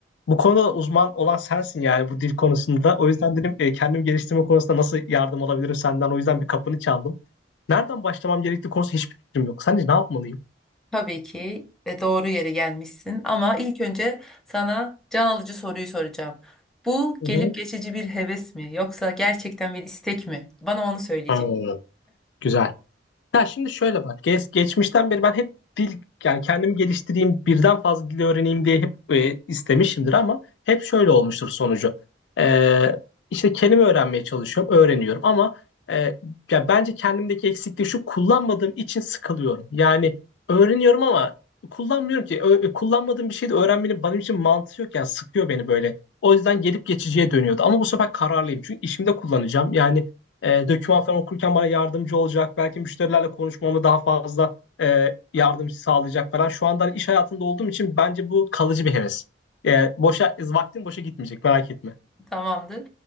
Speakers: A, on the left (about 75°); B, in the centre.
A: Bu konuda da uzman olan sensin yani bu dil konusunda. O yüzden dedim e, kendimi geliştirme konusunda nasıl yardım alabilirim senden. O yüzden bir kapını çaldım. Nereden başlamam gerektiği konusunda hiçbir fikrim yok. Sence ne yapmalıyım?
B: Tabii ki ve doğru yere gelmişsin. Ama ilk önce sana can alıcı soruyu soracağım. Bu
A: Hı
B: gelip
A: hı.
B: geçici bir heves mi yoksa gerçekten bir istek mi? Bana onu söyleyecek.
A: Hmm, güzel. Ya şimdi şöyle bak, geç, geçmişten beri ben hep dil yani kendimi geliştireyim, birden fazla dil öğreneyim diye hep e, istemişimdir ama hep şöyle olmuştur sonucu. Ee, işte kelime öğrenmeye çalışıyorum, öğreniyorum ama e, ya bence kendimdeki eksiklik şu kullanmadığım için sıkılıyorum. Yani öğreniyorum ama kullanmıyorum ki. Ö- kullanmadığım bir şeyi de öğrenmenin benim için mantığı yok yani sıkıyor beni böyle. O yüzden gelip geçiciye dönüyordu. Ama bu sefer kararlıyım çünkü işimde kullanacağım. Yani e, doküman falan okurken bana yardımcı olacak. Belki müşterilerle konuşmamı daha fazla e, yardımcı sağlayacak falan. Şu anda hani iş hayatında olduğum için bence bu kalıcı bir heves. E, boşa vaktim boşa gitmeyecek merak etme.
B: Tamamdır.